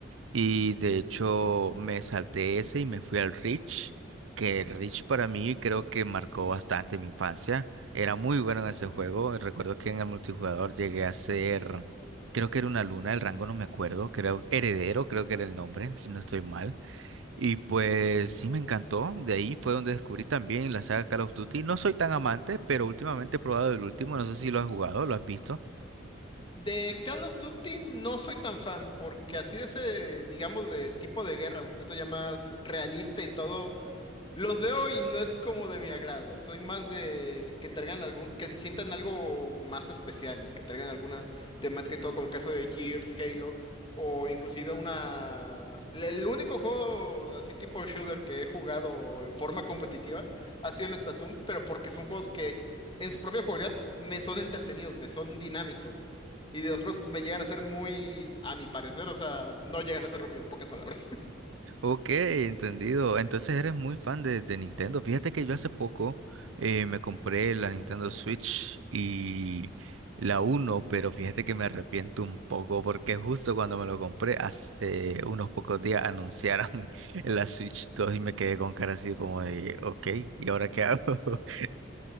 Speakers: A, on the right (about 80°); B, on the left (about 25°).
A: Y de hecho me salté ese y me fui al Rich, que el Rich para mí creo que marcó bastante mi infancia. Era muy bueno en ese juego. Recuerdo que en el multijugador llegué a ser, creo que era una luna, el rango no me acuerdo, creo heredero, creo que era el nombre, si no estoy mal. Y pues sí me encantó. De ahí fue donde descubrí también la saga Call of Duty. No soy tan amante, pero últimamente he probado el último, no sé si lo has jugado, lo has visto.
B: De Call of Duty no soy tan fan, porque así de ese, digamos, de tipo de guerra, un poquito ya más realista y todo. Los veo y no es como de mi agrado. Soy más de que traigan algún, que se sientan algo más especiales, que traigan alguna temática y todo, como el caso de Gears, Halo, o inclusive una. El único juego así tipo shooter que he jugado en forma competitiva ha sido el Splatoon, pero porque son juegos que en su propia jugabilidad me son entretenidos, me son dinámicos. Y de otros me llegan a ser muy, a mi parecer, o sea, no llegan a ser bien, en pocas palabras.
A: Ok, entendido. Entonces eres muy fan de, de Nintendo. Fíjate que yo hace poco eh, me compré la Nintendo Switch y la 1, pero fíjate que me arrepiento un poco porque justo cuando me lo compré hace unos pocos días anunciaron <laughs> la Switch 2 y me quedé con cara así como de, ok, ¿y ahora qué hago? <laughs>